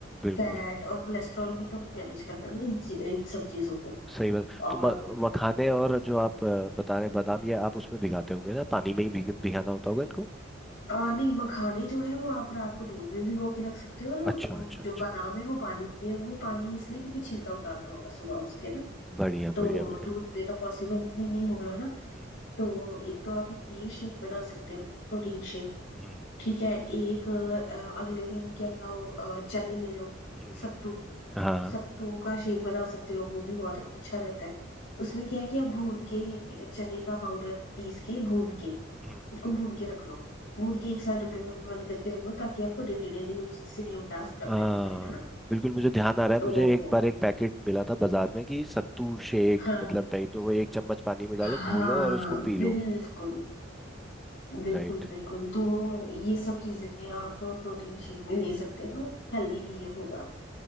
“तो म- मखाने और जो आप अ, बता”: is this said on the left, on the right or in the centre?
Centre